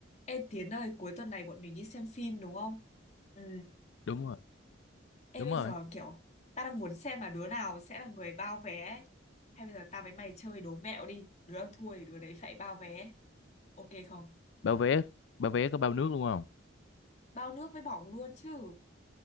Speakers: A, on the left; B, on the left.
A: Ê Tiến ơi, cuối tuần này bọn mình đi xem phim đúng không? Ừ.
B: đúng rồi
A: Ê
B: đúng
A: bây
B: rồi
A: giờ kiểu ta đang muốn xem là đứa nào sẽ là người bao vé ấy. Hay bây giờ tao với mày chơi đố mẹo đi. Đứa nào thua thì đứa đấy phải bao vé. Ok không?
B: bao vé bao vé có bao nước luôn không
A: Bao nước với bỏng luôn chứ.